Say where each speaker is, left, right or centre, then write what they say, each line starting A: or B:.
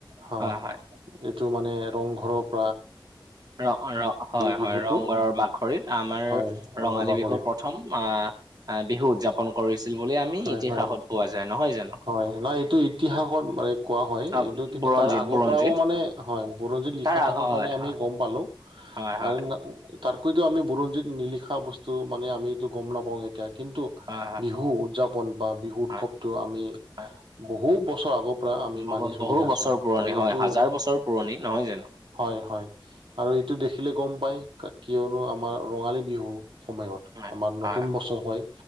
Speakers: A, on the right; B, on the right.
A: হা!
B: হয়,
A: এইটো মানে ৰংঘৰক
B: ৰ-ৰ হয়, হয়।
A: বিহুটো
B: ৰংঘৰৰ বাখৰিত আমাৰ
A: হয় ৰংঘৰ
B: ৰঙালী
A: বাকৰিত
B: বিহু প্ৰ প্ৰথম আহ, বিহু উদযাপন কৰিছিল। বুলি আমি
A: হয়,
B: ইতিহাসত
A: হয়।
B: পোৱা যায় নহয় জানো?
A: হয়, নহ এইটো ইতিহাসত মানে কোৱা হয়।
B: অ'
A: এইটো কিন্তু
B: বুৰঞ্জিত
A: তাৰ আগৰ
B: বুৰঞ্জিত
A: পৰাও মানে হয়, বুৰঞ্জী লিখা
B: তাৰ আ
A: থকাৰ
B: হয়,
A: কাৰণে আমি
B: হয়,
A: গম পালো
B: হয়, হয়,
A: আৰু তা-তাতকৈতো আমি বুৰঞ্জিত নিলিখা বস্তু মানে আমটো গম নাপাওঁ এতিয়া কিন্তু
B: হয়, হয়,
A: বিহু উদযাপন বা বিহু উৎসৱটো
B: হয়।
A: আমি
B: হয়।
A: বহু বছৰ আগৰ পৰা আমি
B: বহু
A: মানি চলি
B: বহু
A: আছো
B: বছৰ পুৰণি
A: আৰু
B: হয়
A: এইটো
B: হাজাৰ বছৰ পুৰণি নহয় জানো?
A: হয়, হয়। আৰু এইটো দেখিলে গম পায় কিয়নো আমাৰ ৰঙালী বিহু সময়ত
B: হয়
A: আমাৰ নতুন
B: হয়
A: বছৰ হয়,